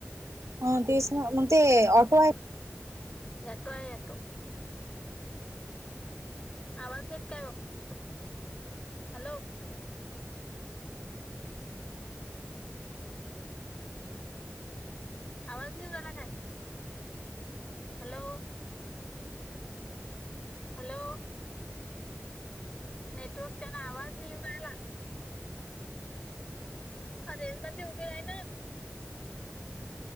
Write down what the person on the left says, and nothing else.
एटो आहे याटो आवाज नाही येत काय ओ <inaudible> हॅलो. आवाज नाही येऊ राहिला काय? हॅलो, हॅलो, नेटवर्क न आवाज नाही उ राहिला. अरे मंद उभी राईना